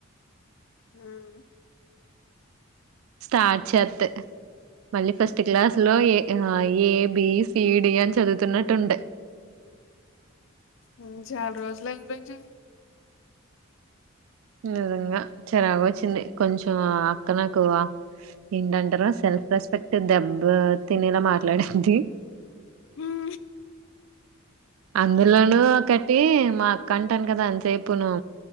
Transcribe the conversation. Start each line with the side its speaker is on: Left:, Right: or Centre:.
Left: ఉం
Right: స్టార్ట్ చేత్తే మళ్ళీ ఫస్ట్ క్లాస్ లో A A B C D అని చదువుతున్నట్టు ఉంటయి
Left: ఉం చాలా రోజులు అని పించి
Right: నిజంగా చిరాగు వచ్చింది కొంచెం అక్క నాకు ఏంటంటారు సెల్ఫ్ రెస్పెక్ట్ దెబ్బ తినేలా మాట్లాడింది
Left: ఉం
Right: అందులోనూ ఒకటి మా అక్క అంటాను కదా అంతసేపును